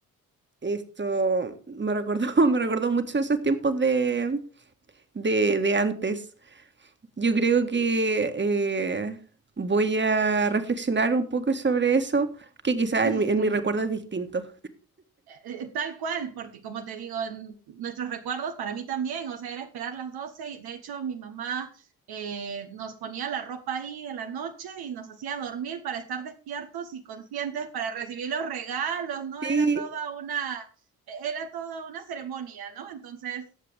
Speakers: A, on the right; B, on the right.
A: Esto me recordó, <laughs> me recordó mucho esos tiempos de, de, de antes. Yo creo que eh, voy a reflexionar un poco sobre eso, que quizás
B: <laughs>
A: en mi en mi recuerdo es distinto.
B: eh, tal cual, porque como te digo, en nuestros recuerdos para mí también, o sea, era esperar las 12 y de hecho mi mamá eh, nos ponía la ropa ahí en la noche y nos hacía dormir para estar despiertos y conscientes para recibir los regalos, ¿no?
A: Sí,
B: Era toda una, era toda una ceremonia, ¿no? Entonces,